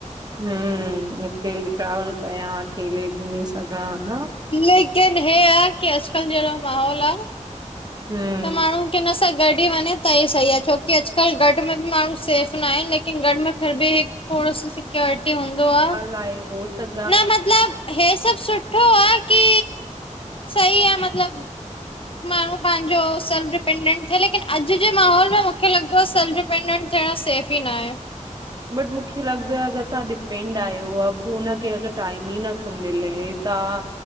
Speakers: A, on the right; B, on the left.
A: हम्म अकेले ट्रेवल कयां अकेले घुमी सघां न?
B: लेकिन हे आ कि अॼुकल्ह जहिड़ो माहौल आ
A: हम्म,
B: त माण्हू कंहिंन सां गॾु ई वञे त ई सही आ छो कि अजकल्ह गॾ में भी माण्हू सेफ न आहिन लेकिन गॾ में फिर भी थोड़ो सो सिक्योरिटी हूंदो आ।
A: लाए हो तॻ
B: न मतलब हेअ सॿ सुठो आ कि सही आ मतलब माण्हू पाहिंजो सेल्फ डिपेंडेंट थिए लेकिन अॼु जे माहौल में मूंखे लॻंदो आ सेल्फ डि डिपेंडेंट थियण सेफ ई न आहे
A: बट मूंखे लॻंदो आह अगर तव्हां डिपेंड आहियो औं अब हुनखें अगर टाइम ई नथो मिले तव्हां